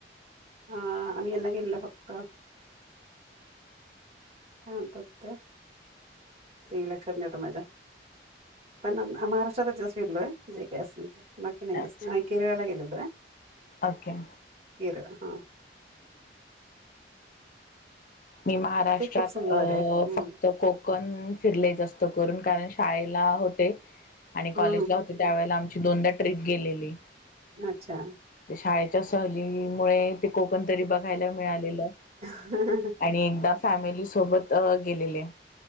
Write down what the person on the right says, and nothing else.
हा, आम्ही हेला गेललो फक्त आलतात काय? ते लक्षात नाही आता माझ्या. पण महाराष्ट्रातच जास्त फिरलोय. जे काय असेल ते, बाकी नाही
असं, केरळला गेलेलो हाय.
केरळ हा.
ते खूप सुंदर
आहे हम्म
हा
अच्छा
<unintelligible>